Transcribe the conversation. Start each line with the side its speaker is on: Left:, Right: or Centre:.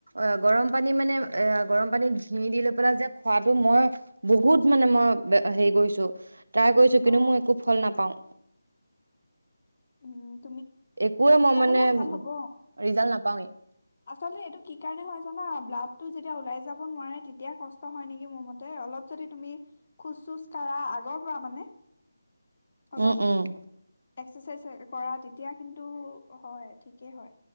Right: অ গৰম পানী মানে এ গৰম পানীত ঘিউ দি লৈ পেলাই যে খোৱাটো মই বহুত মানে মই হেৰি কৰিছো। ট্ৰাই কৰিছো কিন্তু
Left: অ'
Right: মই একো ফল নাপাওঁ।
Left: <unintelligible>
Right: একোৱে মই
Left: লাহে
Right: মানে
Left: লাহে ভাল
Right: উ
Left: হ'ব।
Right: ৰিজাল্ট নাপাওঁৱে।
Left: আচলতে এইটো কি কাৰণে হয় জানা? ব্লা তো যেতিয়া ওলাই যাব নোৱাৰে তেয়া এতিয়া কষ্ট হয় নেকি মোৰ মতে অলপ যদি তুমি খোজ চুজ কঢ়া আগৰ পৰা মানে অলপ
Right: উম উম
Left: এক্সাৰচাইজ কৰা এতিয়া কিন্তু হয় ঠিকেই হয়